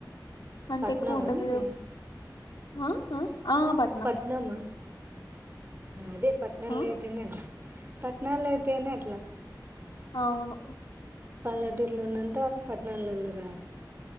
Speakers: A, on the left; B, on the right.
A: అంత
B: పట్నమా
A: ఎక్కువుండాదివ్
B: మీది
A: ఆ ఆ పట్నం
B: పట్నమా అదే పట్నమ్
A: ఆ
B: లైతేనె పట్నలైతే అట్లా
A: ఔను
B: పల్లెటూర్లో ఉన్నంత అ పట్నలోలు రారు